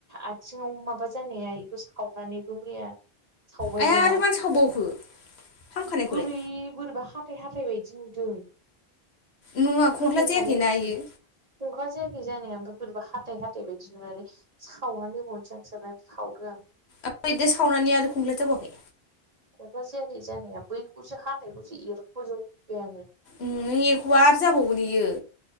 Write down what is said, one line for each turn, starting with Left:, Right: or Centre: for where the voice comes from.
Right: आथिङाव माबा जानाया इखो सावनानैबो मैया सावबायबो
Left: आइया आरो
Right: ना
Left: मानो सावबावखो हामखानायखौलाय
Right: गुरै बोरैबा हाथ हाथाय बायदि नुदों
Left: नङा खंख्ला
Right: हाथाय
Left: जायाखैना
Right: थानाय बायदि
Left: इयो
Right: अंखा जायाखै जानाया ओमफा हाथाइ हाथाइ बायदि नुनानै सावनानै बहननोसै आं साननानै सावदो आं
Left: ओमफाय बिदि सावनानै आरो खुंख्ला जाबावाखै
Right: अबा जायाखै जानाया बैखौसो हाथायखौसो एरख'जोबबाय आङो
Left: ओम नों एरख'वा आरो जाबावगोन इयो